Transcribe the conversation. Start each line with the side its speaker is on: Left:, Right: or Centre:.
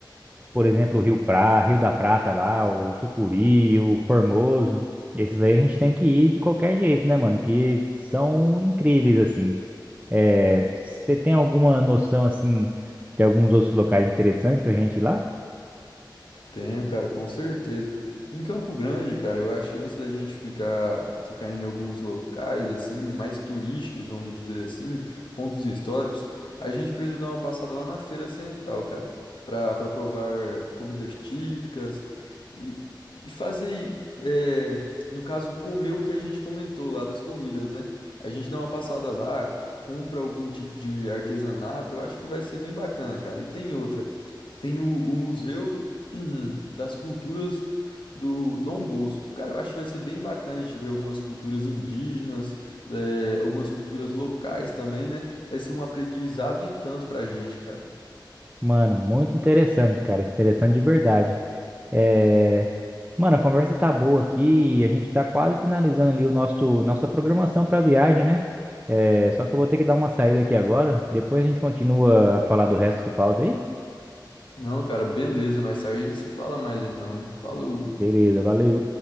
Right: por exemplo, o Rio Pra, Rio da Prata lá, o Sucuri, o Formoso. Esses aí a gente tem que ir de qualquer jeito, né, mano? Que são incríveis assim. É, você tem alguma noção assim de alguns outros locais interessantes pra gente ir lá?
Left: Tenho, cara, com certeza. Em Campo Grande, cara, eu acho que antes da gente ficar, ficar indo em alguns locais, assim, mais turísticos, vamos dizer assim, pontos históricos, a gente precisa dar uma passada lá na Feira Central, cara, pra, pra provar comidas típicas e, e fazer, é, no caso, comer o que a gente comentou lá das comidas, né? A gente dá uma passada lá, compra algum tipo de artesanato, eu acho que vai ser bem bacana, cara. E tem outra. Tem o, o Museu <clears throat> das Culturas do Dom Bosco. Cara, eu acho que vai ser bem bacana a gente ver algumas culturas indígenas, eh, algumas culturas locais também, né? Vai ser um aprendizado e tanto pra gente, cara.
Right: Mano, muito interessante, cara. Interessante de verdade. É, mano, a conversa tá boa aqui. e A gente tá quase finalizando ali o nosso nossa programação pra viagem, né? É, só que eu vou ter que dar uma saída aqui agora. Depois a gente continua a falar do resto que falta aí.
Left: Não, cara, beleza. Mais tarde a gente se fala mais então, hein? Falou.
Right: Beleza, valeu.